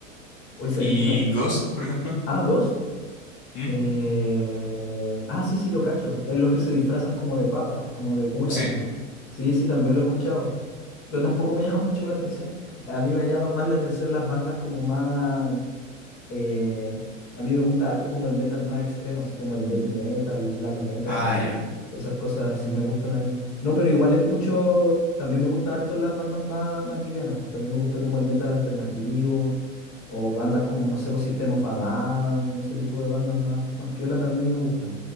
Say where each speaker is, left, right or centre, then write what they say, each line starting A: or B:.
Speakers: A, on the left; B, on the left.
A: Hoy sabéis
B: ¿Y
A: que me.
B: Ghost, por ejemplo?
A: Ah, Ghost.
B: ¿Mm?
A: Eh, Ah, sí, sí, lo cacho. Es los que se disfrazan como de papa, como de cura,
B: Sí.
A: ¿o ¿no? Sí, sí, también lo he escuchado. Pero tampoco me <laughs> llama mucho la atención. A mí me llaman más la atención las bandas como más. Eh, a mí me gusta harto como el metal más extremo, así como el death metal, black metal,
B: Ah,
A: co-
B: ya.
A: esas cosas sí me gustan a mí. No, pero igual escucho, también me gusta harto las bandas más, más livianas, pues también me gusta como el metal alternativo, o bandas como, no sé, pues System of a Down, ese tipo de bandas más, más piola también me gustan.